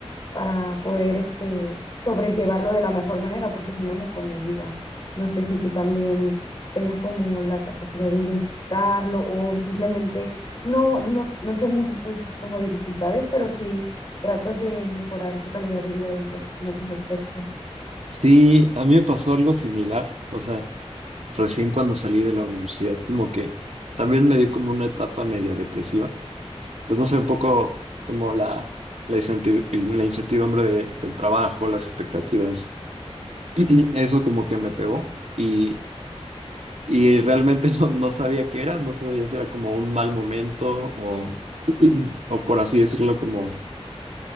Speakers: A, on the left; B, on the right.
A: para poder este, sobrellevarlo de la mejor manera, porque si no me come viva. No sé si tú también tengas como la capacidad de identificarlo o simplemente no, no, no tienes esas como dificultades, pero sí tratas de mejorar tu calidad de vida en otros, en otros aspectos.
B: Sí, a mí me pasó algo similar. O sea, recién cuando salí de la universidad, como que también me dio como una etapa media depresiva. Pues no sé, un poco como la, la incerti- la incertidumbre de- del trabajo, las expectativas. <clears throat> Eso como que me pegó y, y realmente <laughs> no, no sabía qué era, no sabía si era como un mal momento o, o por así decirlo, como,